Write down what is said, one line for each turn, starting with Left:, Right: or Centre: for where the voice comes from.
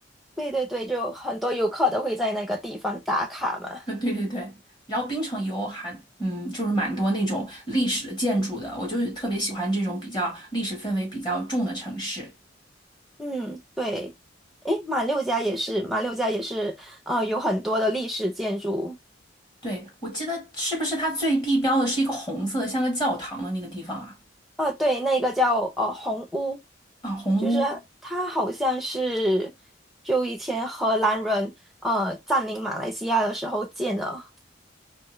Centre: 对对对，就很多游客都会在那个地方打卡嘛。
Left: <laughs> 对对对，然后槟城也有还嗯，就是蛮多那种历史建筑的，我就特别喜欢这种比较历史氛围比较重的城市。
Centre: 嗯，对，诶，马六甲也是，马六甲也是，呃，有很多的历史建筑。
Left: 对，我记得是不是它最地标的是一个红色的，像个教堂的那个地方啊？
Centre: 哦，对，那个叫呃红屋，
Left: 啊，红屋。
Centre: 就是它好像是就以前荷兰人呃占领马来西亚的时候建的。